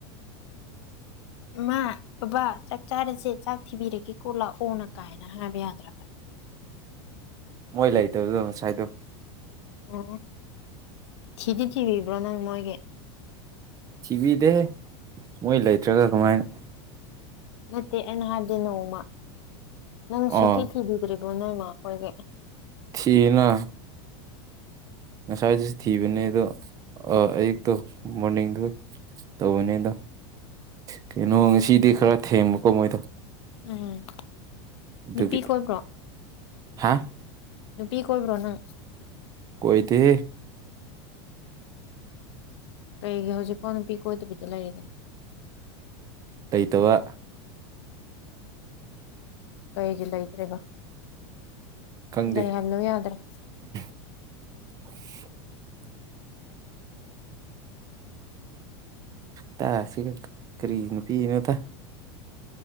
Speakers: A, on the left; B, on the right.
A: ꯃꯥ ꯕꯕꯥ ꯆꯥꯛ ꯆꯥꯔꯁꯦ ꯆꯥꯛ ꯊꯤꯕꯤꯔꯒꯦꯀꯣ ꯂꯥꯛꯑꯣꯅ ꯀꯥꯏꯅ ꯍꯥꯏꯕ ꯌꯥꯗ꯭ꯔꯕ
B: ꯃꯣꯏ ꯂꯩꯇꯕꯗꯣ ꯉꯁꯥꯏꯗꯣ
A: ꯑꯣ ꯊꯤꯗꯤꯇꯕꯤꯕ꯭ꯔꯣ ꯅꯪ ꯃꯣꯏꯒ
B: ꯄꯤꯕꯤꯗꯦ ꯃꯣꯏ ꯂꯩꯇ꯭ꯔꯒ ꯀꯃꯥꯏꯅ
A: ꯅꯠꯇꯦ ꯑꯩꯅ ꯍꯥꯏꯕꯗꯤ ꯅꯣꯡꯃ ꯅꯪ
B: ꯑꯣ
A: ꯁꯨꯡꯊꯤ ꯊꯤꯕꯤꯗ꯭ꯔꯦ ꯅꯣꯏ ꯃꯥ ꯀꯣꯏꯒ
B: ꯊꯅ ꯉꯁꯥꯏꯗꯨꯁꯨ ꯊꯤꯕꯅꯦ ꯑꯗꯣ ꯑꯌꯨꯛꯇꯣ ꯃꯣꯔꯅꯤꯡꯗꯨ ꯇꯧꯕꯅꯦ ꯑꯗꯣ ꯀꯩꯅꯣ ꯉꯁꯤꯗꯤ ꯈꯔ ꯊꯦꯡꯕꯀꯣ ꯃꯣꯏꯗꯣ
A: ꯎꯝ
B: ꯑꯗꯨꯒꯤ
A: ꯅꯨꯄꯤ ꯀꯣꯏꯕ꯭ꯔꯣ
B: ꯍꯥ
A: ꯅꯨꯄꯤꯤ ꯀꯣꯏꯕ꯭ꯔꯣꯅ
B: ꯀꯣꯏꯗꯤ
A: ꯀꯩꯒꯤ ꯍꯧꯖꯤꯛꯐꯥꯎ ꯅꯨꯄꯤ ꯀꯣꯏꯗꯕꯤꯗꯣ ꯂꯩꯔꯤꯗꯅ
B: ꯇꯩꯇꯕ
A: ꯀꯩꯒꯤ ꯂꯩꯇ꯭ꯔꯦꯕ
B: ꯈꯪꯗꯦ
A: ꯂꯩꯍꯜꯂꯨ ꯌꯥꯗ꯭ꯔꯥ
B: <unintelligible> ꯇ ꯁꯤꯒ ꯀꯔꯤꯅ ꯄꯤꯅꯗ